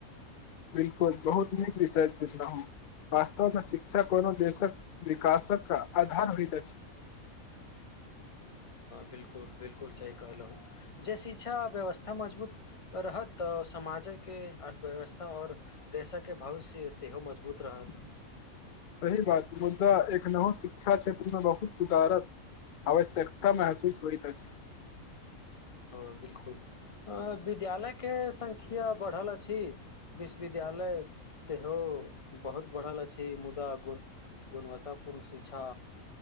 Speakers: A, on the left; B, on the left.
A: बिलकुल बहुत नीक विषय चुनलहो, वास्तवमे शिक्षा कोनो देशक विकासक आधार होत अछि।
B: बिलकुल बिलकुल सही कहलहुँ जे शिक्षा व्यवस्था मजबूत रहत तऽ समाजके अर्थव्यवस्था और देशके भविष्य सेहो मजबूत रहत।
A: सही बात मुदा एखनहु शिक्षा क्षेत्रमे बहुत सुधारक आवश्यकता महसूस होइत अछि।
B: हँ बिलकुल विद्यालयके संख्या बढ़ल अछि, विश्वविद्यालय सेहो बहुत बढ़ल अछि मुदा गुण गुणवत्तापूर्ण शिक्षा